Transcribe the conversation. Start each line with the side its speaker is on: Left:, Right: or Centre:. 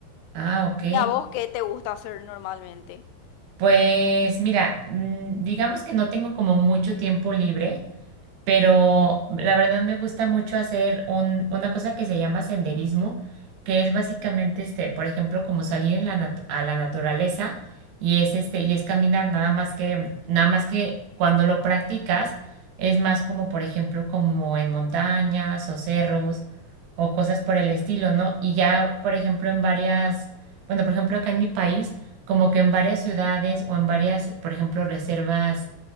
Right: Ah, ok.
Left: ¿Y a vos qué te gusta hacer normalmente?
Right: Pues mira, mm, digamos que no tengo como mucho tiempo libre, pero la verdad me gusta mucho hacer un, una cosa que se llama senderismo, que es básicamente este, por ejemplo, como salir en la nat- a la naturaleza y es este y es caminar nada más que nada más que cuando lo practicas es más como por ejemplo como en montañas o cerros o cosas por el estilo, ¿no? Y ya, por ejemplo, en varias, bueno, por ejemplo, acá en mi país, como que en varias ciudades o en varias, por ejemplo, reservas